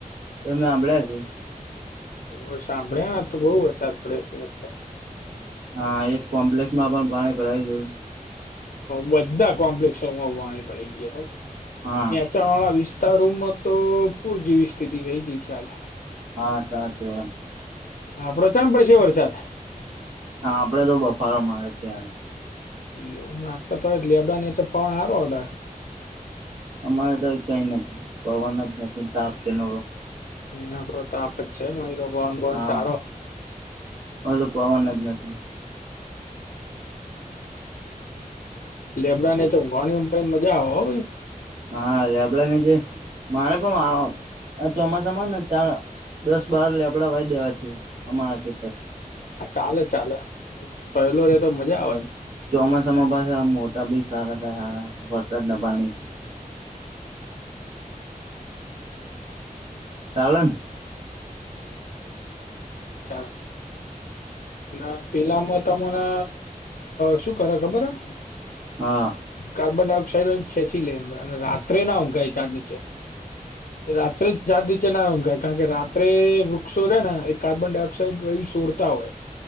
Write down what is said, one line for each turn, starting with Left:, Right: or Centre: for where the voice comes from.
Right: તમેં હાભળ્યા છે
Left: ઓ સાંભળ્યા તો બહુ વરસાદ પડયો સુરત તો
Right: હા એક કોમ્પ્લેક્ષ માં પણ પાણી ભરાય ગયું
Left: બધા કોમ્પ્લેક્ષોમાં પાણી ભરાય ગયા
Right: હા
Left: નિચાણ વાળા વિસ તા રૂમમાં તો પૂર જેવી સ્થિતિ થઈ ગઈ તી ખ્યાલ
Right: હા <unintelligible>
Left: આપડો ચામ પડશે વરસાદ
Right: હા આપડે તો બફારો મારે છે યાર
Left: એવું <unintelligible>
Right: અમારે તો કઈ નથી પવન જ નથી તાપ છે <inaudible>
Left: મહીના પર તાપ છે મહિરો પવન બવન
Right: હા
Left: સારો
Right: ઓલો પવન જ નથી
Left: લેબડા નીચે ઉંઘવાની એમ પહી મજા આવે હો ભાઈ
Right: હા લેબડા નીચે મારે પણ આ આ ચોમાસામાં ને ચાર દસ બાર લેબડા વાય દેવા છે અમારા ખેતર
Left: હા ચાલે ચાલે પહેલો રે તો મજા આવે એમ.
Right: ચોમાસામાં પાછા મોટા બી સારા થાય હારા વરસાદ ના પાણી. સાલણ
Left: ચાલ. ના પેલામાં ત મને શું કરે ખબર હ.
Right: હા
Left: કાર્બન ડાયોક્સાઇડ ખેંચી લે અને રાત્રે ના ઉંઘાય ચાર નીચે રાત્રે ઝાડ નીચે ના ઉંઘાય કારણ કે રાત્રે વૃક્ષો રે ને એ કાર્બન ડાયોક્સાઈડ સોડતા હોય.